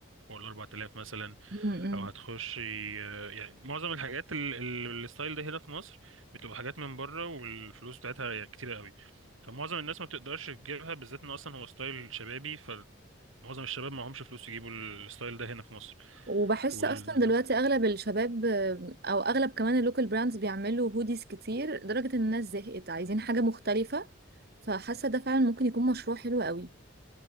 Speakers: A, on the right; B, on the right.
A: فوق ال 4000 مثلا
B: امم
A: او هتخشي آه، يعني معظم الحاجات ال- ال- الستايل ده هنا في مصر بتبقى حاجات من بره والفلوس بتاعتها يعني كتيرة قوي فمعظم الناس ما بتقدرش تجيبها بالذات ان اصلا هو ستايل شبابي فمعظم الشباب معهمش فلوس يجيبوا الستايل ده هنا في مصر
B: وبحس
A: وال...
B: اصلا دلوقتي اغلب الشباب آه، او اغلب كمان اللوكال براندز بيعملوا هوديز كتير لدرجة ان الناس زهقت عايزين حاجة مختلفة فحاسة ده فعلا ممكن يكون مشروع حلو قوي